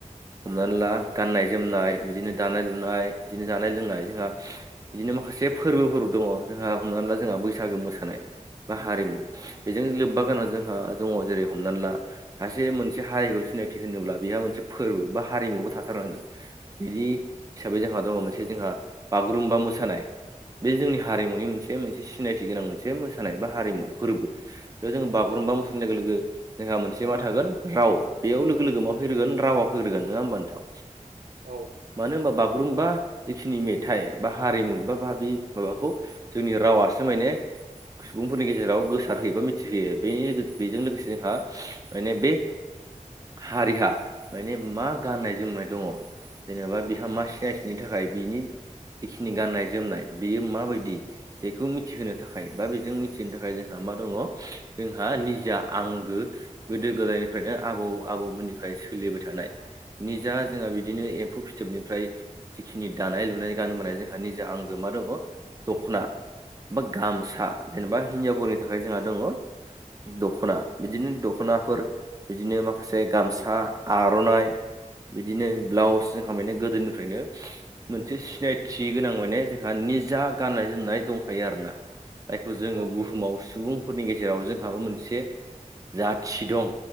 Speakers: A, on the right (about 25°); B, on the right (about 75°).
A: हमनानै ला गाननाय जोमनाय, बिदिनो दानाय लुनाय, बिदिनो जानाय लोंनाय जोंहा बिदिनो माखासे फोरबोफोर दङ जोंहा हमनानै ला जोंहा बैसागो मोसानाय, बा हारिमु बेजों लोब्बा गोनां जोंहा दङ। जेरै हमनानै ला सासे मोनसे हारिखौ सिनायथि होनोब्ला बेहा मोनसे फोरबो बा हारिमुबो थाथारनांगोन। बिदि हिसाबै जोंहा दङ मोनसे जोंहा बागुरुम्बा मोसानाय। बे जोंनि हारिमुनि मोनसे मोनसे सिनायथि गोनां मोनसे मोसानाय, बा हारिमु फोरबो। बेयाव जों बागुरुमबा
B: औ
A: मोसानाय लोगो लोगो जोंहा मोनसे मा थागोन राव बेयाव लोगो लोगो मा फैग्रोगोन रावा फैग्रोगोन नङा होमबा नोंथां?
B: औ।
A: मानो होनबा बागुरुम्बा जिखिनि मेथाइ बा हारिमु बा बाबि माबाखौ जोंनि रावासो माने सुबुंफोरनि गेजेराव गोसारहोयो बा मिथिहोयो। बेनि बेजों लोगोसे जोंहा माने बे हारिहा माने मा गाननाय जोमनाय दङ? जेनेबा बिहा मा सिनायथिनि थाखाय बिनि जिखिनि गाननाय जोमनाय बेयो माबायदि दि बेखौ मिथिहोनो थाखाय बा बेजों मिथिहो थाखाय जोंहा मा दङ जोंहा निजा आंगो गोदो गोदायनिफ्रायनो आबौ-आबौमोननिफ्राय सोलिबाय थानाय निजा जोंहा बिदिनो एम्फौ फिथोबनिफ्राय जिखिनि दानाय लुनाय गानबोनाय जोंहा निजा आंगो मा दङ दख'ना बा गामसा, जेनेबा हिनजावफोरनि थाखाय जोंहा दङ दख'ना, बिदिनो दख'नाफोर बिदिनो माखासे गामसा, आर'नाइ बिदिनो ब्लाउस जोंहा माने गोदोनिफ्रायनो मोनसे सिनायथि गोनां माने जोंहा निजा गाननाय जोमनाय दंखायो आरोना। जायखौ जोङो
B: औ नंगौ
A: बुहुमाव सुबुंफोरनि गेजेराव जोंहाबो मोनसे जाथि दं।